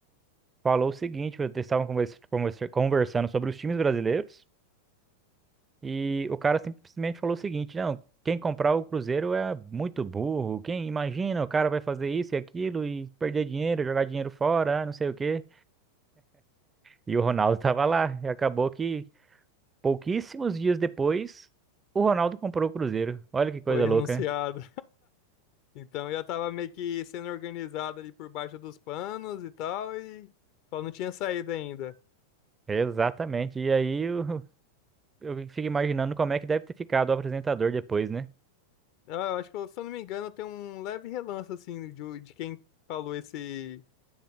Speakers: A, on the right (about 15°); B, on the left (about 45°).
A: falou o seguinte: eles estavam conversa- conversa- conversando sobre os times brasileiros. E o cara simplesmente falou o seguinte: não, quem comprar o Cruzeiro é muito burro. Quem imagina, o cara vai fazer isso e aquilo e perder dinheiro, jogar dinheiro fora, ah, não sei o quê. E o Ronaldo <laughs> tava lá. E acabou que pouquíssimos dias depois, o Ronaldo comprou o Cruzeiro. Olha que coisa
B: Foi
A: louca,
B: <laughs> anunciado.
A: né?
B: Então eu já tava meio que sendo organizado ali por baixo dos panos e tal, e só não tinha saído ainda.
A: Exatamente. E aí <laughs> eu, eu fico imaginando como é que deve ter ficado o apresentador depois, né?
B: Ah, Eu acho que, eu- se eu não me engano, tem um leve relance, assim, de, de quem falou esse.